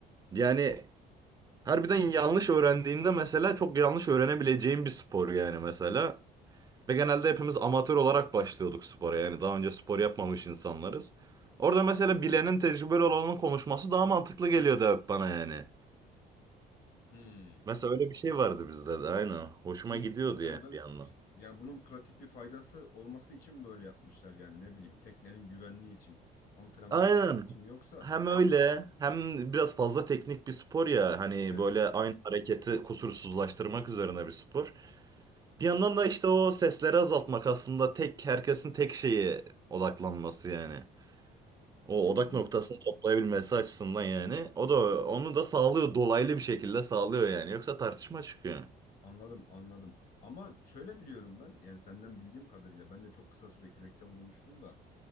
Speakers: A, on the right; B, on the left.
A: yani harbiden yanlış öğrendiğinde mesela çok yanlış öğrenebileceğin bir spor yani mesela ve genelde hepimiz amatör olarak başlıyorduk spora. Yani daha önce spor yapmamış insanlarız. Orada mesela bilenin tecrübeli olanın konuşması daha mantıklı geliyordu hep bana yani.
B: Hmm.
A: Mesela öyle bir şey vardı bizde de aynen. Hoşuma
B: İyi.
A: gidiyordu
B: Yani
A: yani
B: ben
A: bir yandan.
B: yani bunun pratik bir faydası olması için böyle yapmışlar yani ne bileyim teknenin güvenliği için antrenmanın
A: Aynen.
B: sağlığı için mi yoksa
A: Hem öyle hem biraz fazla teknik bir spor ya. Hani
B: evet
A: böyle aynı hareketi kusursuzlaştırmak üzerine bir spor. Bir yandan da işte o sesleri azaltmak aslında tek herkesin tek şeyi odaklanması yani. O
B: anladım
A: odak noktasını toplayabilmesi açısından yani. O da onu da sağlıyor. Dolaylı bir şekilde sağlıyor yani. Yoksa tartışma çıkıyor.
B: anladım anladım ama şöyle biliyorum ben yani senden bildiğim kadarıyla ben de çok kısa süre kürekte bulunmuştum da